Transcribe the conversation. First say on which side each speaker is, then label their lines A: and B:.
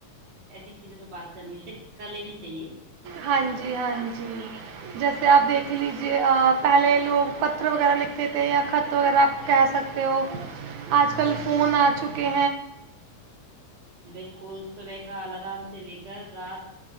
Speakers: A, on the right (about 60°); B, on the right (about 80°).
A: ایسی چیزوں پہ بات کرنی کر لینی چاہیے
B: ہاں جی ہاں جی جیسے آپ دیکھ دکھ لیجیے پہلے لوگ پتر وغیرہ لکھتے تھے یا خط وغیرہ آپ کہہ سکتے ہو آج کل
A: ہاں جی
B: فون آ چکا کہ
A: بالکل صبح کا الارام سے لے کر رات